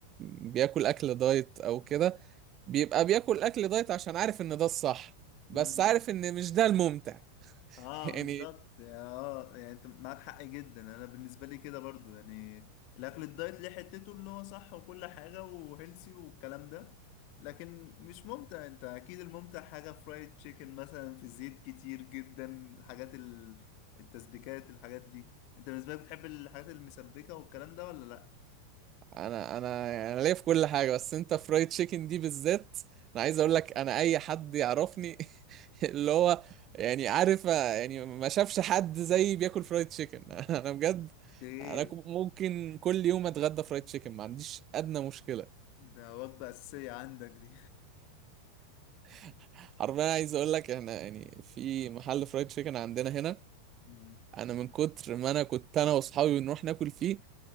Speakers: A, on the right (about 30°); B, on the left (about 45°).
A: بياكل اكل دايت او كده بيبقى بياكل اكل دايت عشان عارف ان ده الصح بس
B: لي
A: عارف ان مش ده الممتع
B: اه
A: <laughs> يعني
B: بالظبط اه يعني انت معاك حق جدا انا بالنسبه لي كده برضو يعني الاكل الدايت ليه حتته اللي هو صح وكل حاجه وهيلسي والكلام ده لكن مش ممتع انت اكيد الممتع حاجه فرايد تشيكن مثلا في زيت كتير جدا الحاجات ال- التسبيكات الحاجات دي انت بالنسبه لك بتحب الحاجات المسبكه والكلام ده ولا لا
A: انا انا انا ليا في كل حاجه بس انت فرايد تشيكن دي بالذات انا عايز اقول لك انا اي حد يعرفني <laughs> اللي هو يعني عارف يعني ما شافش حد زيي بياكل فرايد تشيكن <laughs> انا بجد
B: ايه
A: انا كو- ممكن كل يوم اتغدى فرايد تشيكن ما عنديش ادنى مشكله
B: ده وجبه اساسيه عندك دي
A: <laughs> حرفيا عايز اقول لك احنا يعني في محل فرايد تشيكن عندنا هنا
B: مم.
A: انا من كتر ما انا كنت انا واصحابي بنروح ناكل فيه